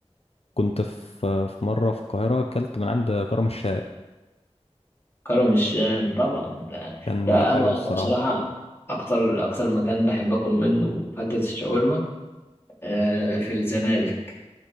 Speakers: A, on the left; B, on the left.
A: كنت في آه، في مره في القاهره اكلت من عند كرم الشاي
B: كرم الشام طبعا ده,
A: كان
B: ده
A: حلو
B: أنا
A: الصراحه
B: أنا بصراحة أكتر أكتر مكان بحب آكل منه فتة الشاورما آه، في الزمالك